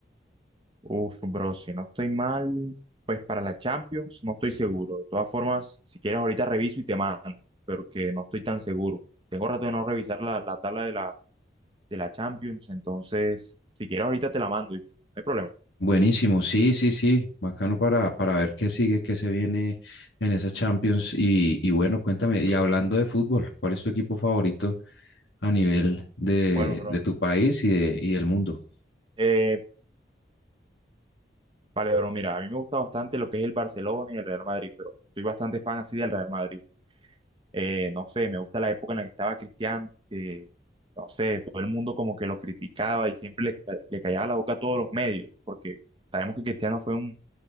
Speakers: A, on the right (about 30°); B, on the left (about 85°).
A: Uf, bro, si no estoy mal, pues para la Champions no estoy seguro. De todas formas, si quieres ahorita reviso y te mando, porque no estoy tan seguro. Tengo rato de no revisar la, la tabla de la, de la Champions, entonces, si quieres ahorita te la mando, ¿viste? No hay problema.
B: Buenísimo, sí, sí, sí, bacano para, para ver qué sigue, qué se viene en esa Champions. Y, y bueno, cuéntame, y hablando de fútbol, ¿cuál es tu equipo favorito a nivel de,
A: Bueno, bro.
B: de tu país y, de, y del mundo?
A: Eh, vale, bro, mira, a mí me gusta bastante lo que es el Barcelona y el Real Madrid, pero soy bastante fan así del Real Madrid. Eh, no sé, me gusta la época en la que estaba Cristiano, que, no sé, todo el mundo como que lo criticaba y siempre le, ca- le callaba la boca a todos los medios, porque sabemos que Cristiano fue un